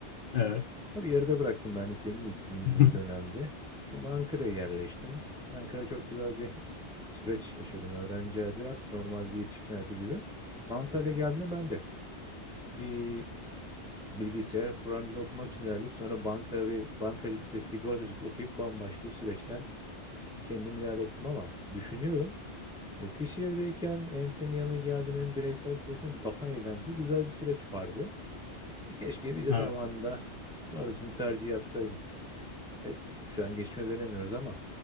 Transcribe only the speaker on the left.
Evet.
<laughs>
Evet.